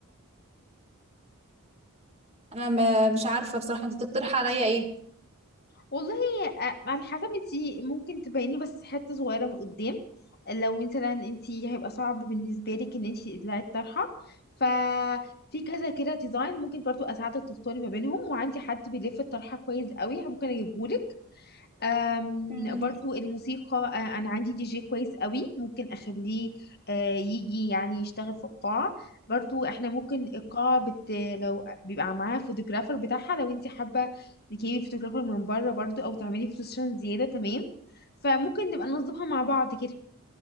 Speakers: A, on the right; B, on the left.
A: انا ب- مش عارفه بصراحه انت تقترحي عليا ايه
B: والله آه، على حسب انتي ممكن تبيني بس حتة صغيرة من قدام لو مثلا انتي هيبقى صعب بالنسبة لك ان انتي تقلعي الطرحة ففي كذا كده ديزاين ممكن برضو اساعدك تختاري ما بينهم وعندي حد بيلف الطرحة كويس قوي ممكن اجيبهولك أم،
A: مم.
B: برضو الموسيقى أه، انا عندي دي جي كويس قوي ممكن اخليه أه، يجي يعني يشتغل في القاعة برضو احنا ممكن القاعة بت... لو بيبقى معاها فوتوغرافر بتاعها لو انت حابة تجيبي فوتوغرافر من بره برضو او تعملي فوتوشن زيادة تمام فممكن نبقى ننظمها مع بعض كده